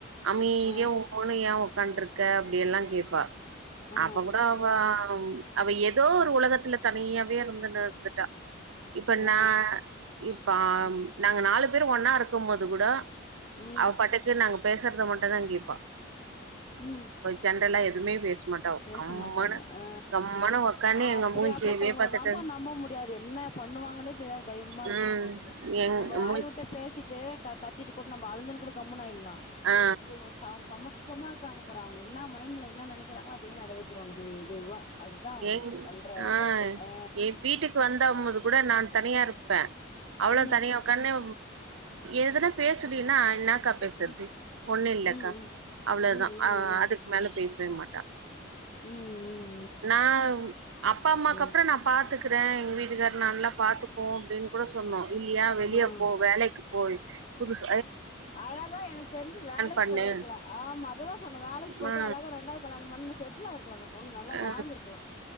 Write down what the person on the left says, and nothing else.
ஆ
ஆ ஆ
ஆ ஆ
ம்
ம்
ம்
பேச
மாட்டாங்க அ
அ
அப்படியாப்பட்டவங்கள
தான்ப்ப நம்ப முடியாது என்ன பண்ணுவாங்கன்னே சரியா பயமா இருக்கு
அவங்ககிட்ட
நம்ம வாய்
விட்ட பேசிட்டு கத்திட்டு கூட நம்ம ஆழுந்தன்னு கூட கம்முனம் ஆயிடலா
இவங்க அவங்க கமுக் க்கமா இருக்காங்க பாற அவங்க என்ன மைண்ட்ல என்னினைக்கிறாங்களோ அப்படின்னு நிறவேத்திருவாங்கோ மெதுவா அதுதா அவங்க
பண்ற ஒரு
தப்பே அ
ம்
ம்
ம்
ம் ம்
ம் ம்
ம்
ம்
ம்
அழகா எனக்கு தெரிஞ்சு வேலைக்கு
போயிருக்கலா ஆமா அதுதா சொன்னே வேலைக்கு போயிட்டு
அழகா ரெண்டா கல்ம்ண்ண செட்ல் ஆயிருக் ஒண்ணு நல்லா
வாழ்ந்திருக்கலா